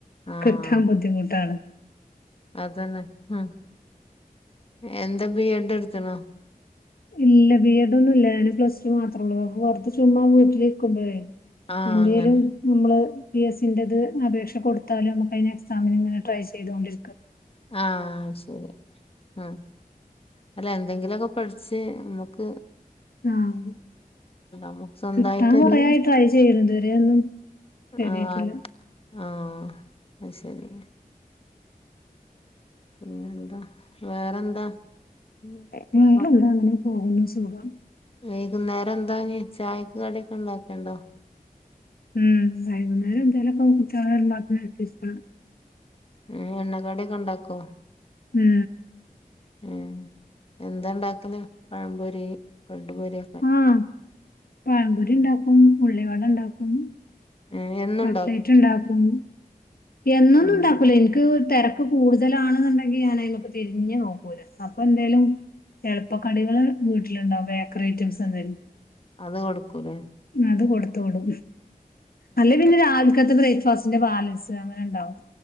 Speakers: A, on the left (about 40°); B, on the left (about 85°).
A: ആഹ്
B: കിട്ടാൻ ബുദ്ധിമുട്ടാണ്
A: അതന്നെ <unintelligible> എന്താ ബിഎ ഡ് എടുത്തുണ്ണോ
B: ഇല്ല ബി എഡ് ഒന്നും ഇല്ല ഞാന് പ്ലസ്ടു മാത്ര ഉള്ളൂ അപ്പൊ പുറത്ത് ചുമ്മാ വീട്ടിലിരിക്കുമ്പഴേ
A: ആഹ്
B: എന്തേലും
A: അങ്ങനെ
B: നമ്മള് പി എ സ്സിന്റേത് അപേക്ഷ കൊടുത്താലും നമ്മുക്ക് അതിന് എക്സാമിന് ഇങ്ങനെ ട്രൈ ചെയ്തോ ണ്ടിരിക്കാം
A: ആഹ് ശരി ആഹ് അല്ല എന്തെങ്കിലുമൊക്കെ പഠിച്ച് നമ്മക്ക്
B: ആഹ്
A: നമുക്ക് സ്വന്തമായിട്ടൊരു
B: കിട്ടാൻ കുറെയായി ട്രൈ ചെയ്യുന്നു ഇതുവരെ ഒന്നും റെഡിയായിട്ടില്ല
A: ആഹ് ആഹ് അത് ശരി പിന്നെന്താ വേറെന്താ ഉം.
B: വേറെന്താ
A: മക്ക്
B: അങ്ങനെ പോകുന്നു സുഖം
A: വൈകുന്നേരം എന്താ ഇനി ചായക്ക് കടിയൊക്കെ ഉണ്ടാക്കുന്നുണ്ടോ
B: ഉം വൈകുന്നേരം എന്തേലും ഒക്കെ കുട്ടിയോള് വരുമ്പോഴ്ത്തിന് <unintelligible>
A: ഏഹ് എണ്ണക്കടിയൊക്കെ ഉണ്ടാക്കോ
B: ഉം
A: ഏഹ് എന്താ ഉണ്ടാക്കല് പഴം പൊരി ബ്രെഡ്‌ പൊരി
B: ആഹ് പഴംപൊരി ഉണ്ടാക്കും ഉള്ളി വട ഉണ്ടാക്കും
A: ഏഹ് എന്നുണ്ടോ
B: കട്ട്ലേറ്റ് ഉണ്ടാക്കും എന്നൊന്നും
A: ഉം.
B: ഉണ്ടാക്കൂല എനിക്ക് തിരക്ക ഇപ്പ കൂടുതലാണെന്നുണ്ടെങ്കി ഞാൻ <unintelligible> തിരിഞ്ഞു നോക്കൂല അപ്പൊ എന്തേലും എളുപ്പക്കടികള് വീട്ടിലുണ്ടാവും ബേക്കറി ഐറ്റംസ് എന്തേലും
A: അത് കൊടുക്കൂലേ
B: അത് കൊടുത്തോളും അല്ലെ പിന്നെ രാവിൽക്കത്തെ ബ്രേക്ക്ഫാസ്റ്റിന്റെ ബാലൻസ് അങ്ങനെ ഉണ്ടാവും